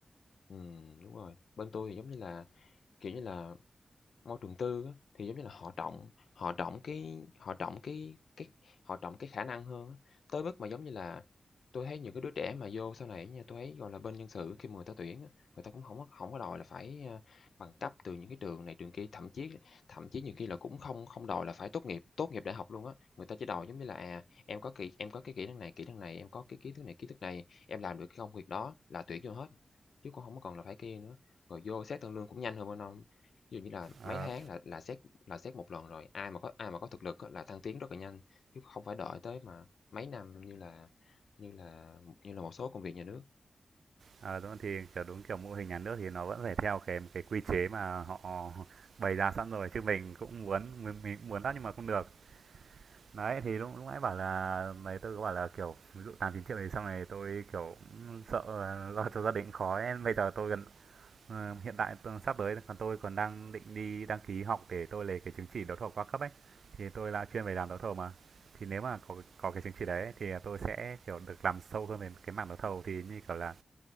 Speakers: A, on the left; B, on the right.
A: ừm, đúng rồi, bên tôi thì giống như là, kiểu như là Môi trường tư á, thì giống như là họ trọng họ trọng cái họ trọng cái cái họ trọng cái khả năng hơn á, tới mức mà giống như là tôi thấy những cái đứa trẻ mà vô sau này nha, tôi thấy, gọi là, bên nhân sự khi mà người ta tuyển á, người ta cũng không có hổng có đòi là phải, a, bằng cấp từ những cái trường này trường kia, thậm chí thậm chí nhiều khi là cũng không không đòi là phải tốt nghiệp tốt nghiệp đại học luôn á. Người ta chỉ đòi giống như là, à, em có kỹ em có cái kỹ năng này, kỹ năng này, em có cái kiến thức này, kiến thức này, em làm được cái công việc đó là tuyển vô hết, chứ cũng không có còn là phải kia nữa. Rồi vô xét tăng lương cũng nhanh hơn bên ông. Ví dụ như là mấy
B: Ờ,
A: tháng là là xét là xét một lần rồi, ai mà có ai mà có thực lực á là thăng tiến rất là nhanh, chứ không phải đợi tới mà mấy năm như là như là như là một số công việc nhà nước.
B: Ờ, đúng thì, kiểu, đúng kiểu mô hình nhà nước thì nó vẫn phải theo cái cái quy chế mà họ bày ra sẵn rồi, chứ mình cũng muốn mình mình cũng muốn lắm nhưng mà không được. Đấy, thì lúc lúc nãy bảo là mấy tôi có bảo là, kiểu, ví dụ 8, 9 triệu thì xong này tôi, kiểu, sợ lo cho gia đình khó ấy. Bây giờ tôi gần ờ, hiện tại tôi sắp tới còn tôi còn đang định đi đăng ký học để tôi lấy cái chứng chỉ đấu thầu qua cấp ấy, thì tôi là chuyên về làm đấu thầu mà. Thì nếu mà có có cái chứng chỉ đấy thì tôi sẽ, kiểu, được làm sâu hơn về cái mảng đấu thầu thì như kiểu là